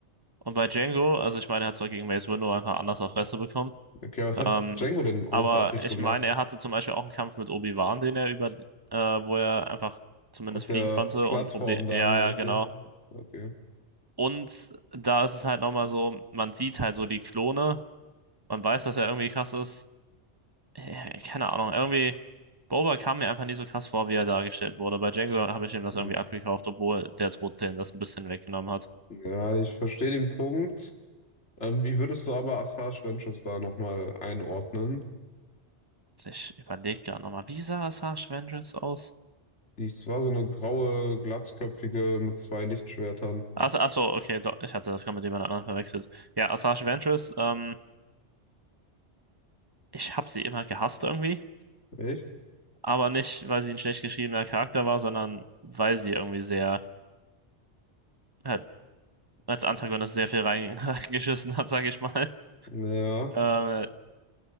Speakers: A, on the right; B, on the left.
A: Und bei Django, also ich meine, er hat zwar gegen Mace Windu einfach anders auf Fresse bekommen,
B: okay, was hat
A: ähm,
B: Django denn großartig
A: aber ich
B: gemacht?
A: meine, er hatte zum Beispiel auch einen Kampf mit Obi-Wan, den er über, äh, wo er einfach zumindest
B: Auf der
A: fliehen konnte
B: Plattform
A: und Problem,
B: da,
A: ja,
B: meinst
A: ja, genau.
B: du? Okay.
A: Und da ist es halt nochmal so, man sieht halt so die Klone, man weiß, dass er irgendwie krass ist, äh, keine Ahnung, irgendwie, Boba kam mir einfach nicht so krass vor, wie er dargestellt wurde. Bei Django habe ich ihm das
B: Hm.
A: irgendwie abgekauft, obwohl der Tod den das ein bisschen weggenommen hat.
B: Ja, ich verstehe den Punkt. Ähm, wie würdest du aber Asajj Ventress da nochmal einordnen?
A: Ich überlege gerade nochmal, wie sah Asajj Ventress aus?
B: Die es war so eine graue, glatzköpfige mit zwei Lichtschwertern.
A: Ach, so, ach so, okay, doch, ich hatte das gerade mit jemand anderem verwechselt. Ja, Asajj Ventress, ähm, ich habe sie immer gehasst irgendwie,
B: Echt?
A: aber nicht, weil sie ein schlecht geschriebener Charakter war, sondern weil sie irgendwie sehr, äh, als Antagonist sehr viel rein- <laughs> reingeschissen hat, sage ich mal.
B: Ja.
A: Äh,